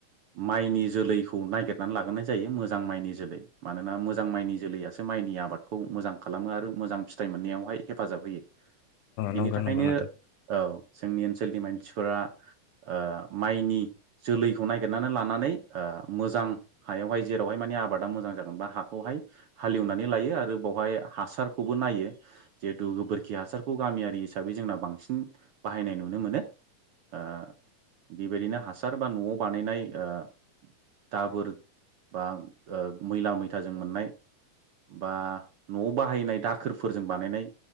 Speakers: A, on the right (about 60°); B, on the left (about 80°).
A: माइनि जोलैखौ नागिरनानै लागोरनाय जायो मोज जां माइनि जोलै मानोना मोजां माइनि जोलैयासो माइनि आबादखौ मोजां खालामो आरो मोजां फिथाइ मोननायाव हाय हेफाजाब होयो बिनि
B: नंगौ
A: थाखायनो
B: नंगौ नोंथां
A: औ। जोंनि ओनसोलनि मानसिफोरा ओ माइनि जोलैखौ नागिरनानै लानानै ओ मोजां हायावहाय जेरावहाय माने आबादा मोजां जागोनबा हाखौहाय हालेवनानै लायो आरो बावहाय हासारखौबो नायो। जिहेथु गोबोरखि हासारखौ गामियारि हिसाबै जोंना बांसिन बाहायनाय नुनो मोनो। ओ बेबायदिनो हासार बा न'आव बानायनाय ओ दाबोर बा ओ मैला मैथाजों मोननाय बा न'आव बाहायनाय दाखोरफोरजों बानायनाय